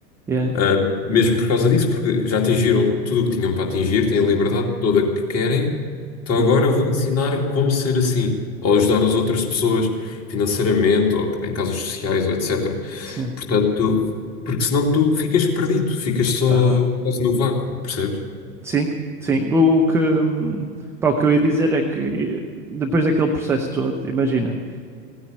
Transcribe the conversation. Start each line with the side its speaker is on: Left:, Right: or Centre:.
Centre: Yeah.
Left: Ah, mesmo por causa disso, porque já atingiram tudo o que tinham para atingir, têm
Centre: Sim.
Left: a liberdade toda que querem, então
Centre: Uhum.
Left: agora vou ensinar como ser assim, ou ajudar as outras pessoas financeiramente, ou em causas sociais, ou etcétera
Centre: Sim.
Left: Portanto, porque senão tu ficas perdido, ficas só
Centre: Aham.
Left: quase no vácuo, percebes?
Centre: Sim, sim. O, o que, hum, pá, o que eu ia dizer é que eh, depois daquele processo todo, imagina.